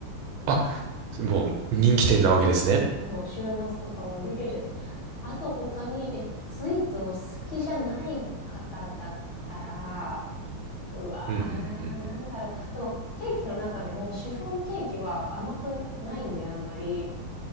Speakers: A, on the right; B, on the left.
A: あ、もう人気店なわけですね。
B: そう、週末とかは売り切れちゃってる。あと他に、え、スイーツを好きじゃない方だったら、うわー、
A: うんうんうん。
B: なんだろう。でも、ケーキの中でも、シフォンケーキは甘くないんで、あんまり。